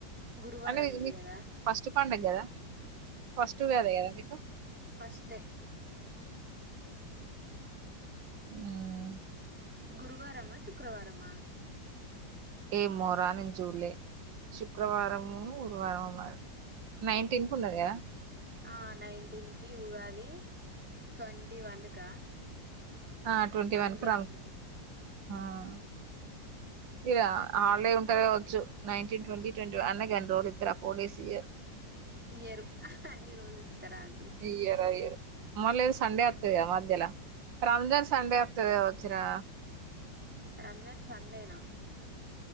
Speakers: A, in the centre; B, on the right (about 85°).
A: గురువారం
B: అంటే ఇది
A: ఉంది
B: మీ
A: కదా
B: ఫస్ట్ పండగ కదా ఫస్ట్ ఉగాది కదా మీకు
A: ఫస్టే
B: మ్మ్
A: గురువారమా శుక్రవారమా
B: ఏ మోరా నేను చూడలే శుక్రవారమో గురువారమో మరి నైన్టీన్ కు ఉన్నది కదా
A: ఆ నైన్టీన్ కి ఉగాది ట్వంటీ వన్ కా
B: ఆ ట్వంటీ
A: రంజాన్
B: వన్ కు ఆ ఇగ హాలిడే ఉంటది కావచ్చు నైన్టీన్ ట్వంటీ ట్వంటీ వన్ అయినా గన్ని రోజులు ఇస్తారా ఫోర్ డేస్ ఇయ్యరు
A: ఇయ్యరు అన్ని రోజులు ఇస్తారా అండి
B: ఇయ్యరు అది మళ్ళ సండే అత్తది కదా మద్యలా రంజాన్ సండే వత్తది కావచ్చురా
A: రంజాన్ సండేనా